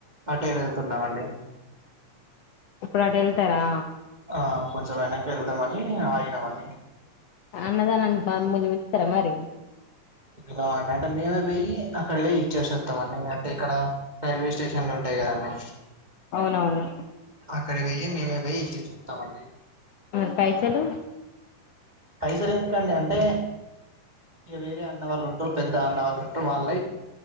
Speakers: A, on the right; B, on the left.
A: అటే వెళ్తున్నామండి
B: ఇప్పుడు అటూ వెళ్తారా
A: ఆ కొంచెం వెనక వెళ్దామ అని ఆయినామండి
B: అన్నదా నను మత్రర మరి
A: గాండి అంటే మేమే పోయి అక్కడ పోయి ఇచ్చేసే వస్తాం అండి అయితే ఇక్కడ రైల్వే స్టేషన్లు ఉంటాయి కదండి
B: అవునవును
A: అక్కడ వెయ్యి మేమే పోయి ఈచేసి వస్తామండి
B: మరి పైసలు
A: పైసలు ఎందుకండి అంటే ఇక వేరే అన్న వాళ్ళు ఉంటారు పెద్ద అన్న వాళ్ళు ఉంటారు వాళ్ళ